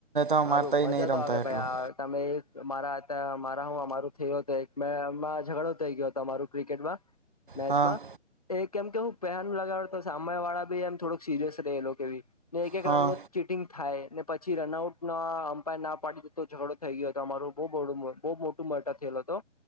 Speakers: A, on the right; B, on the left.
A: અમારે
B: સારું
A: ત્યાં
B: મજા
A: નહીં રમતા
B: તો આવે
A: એટલું
B: ભાઈ તમે મારા મારું થયયો હતો એક મેમાં ઝઘડો થઈ ગયો હતો અમારું ક્રિકેટમાં મેચમાં
A: હા
B: એ કેમ કેવું પહેન લગાવડ તો સામેય વાળા ભી એમ થોડક સિરિયસ રહેલો કે ભી ને એક એક
A: હા
B: રન ન ચીટિંગ થાય ને પછી રનઆઉટ અમ્પાયર ના પાડી દ તો ઝઘડો થઈ ગયો હતો અમારો બ બહ મોટું મોટા થયેલ હતો